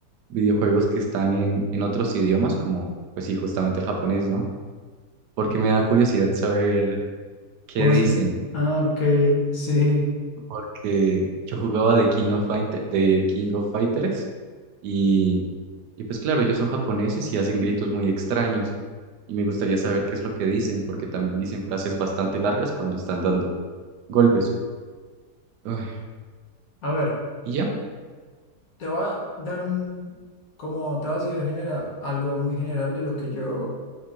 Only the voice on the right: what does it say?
videojuegos que están en, en otros idiomas, como pues sí, justamente el japonés, ¿no? Porque me da curiosidad saber qué
dicen.
porque yo jugaba de King of Fighter- de King of Fighters y, y pues claro, ellos son japoneses y hacen gritos muy extraños y me gustaría saber qué es lo que dicen porque también dicen frases bastante largas cuando están dando golpes. Ah,
y ya,